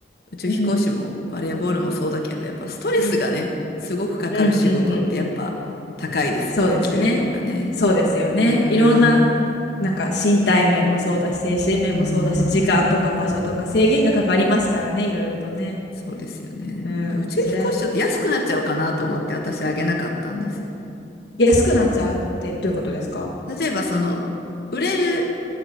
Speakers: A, on the left (about 60°); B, on the left (about 75°).
A: 宇宙飛行士もバレーボールもそうだけど、
B: うん、
A: やっぱストレスがね、
B: うん、
A: すごくかかる仕事ってやっぱ高いですよね、
B: うん、うん、うん。そうですね。
A: 給料がね。
B: そうですよね。
A: うん。
B: いろんな、なんか身体面もそうだし、精神面もそうだし、
A: うん。
B: 時間とか場所とか制限がかかりますからね、いろいろとね。
A: そうですよね。
B: うん、
A: 宇宙飛行士ちょっと安くなっちゃうかなと思って私あげなかったんですよ。
B: そりゃ、安くなっちゃうってどういうことですか
A: 例えばその、売れる、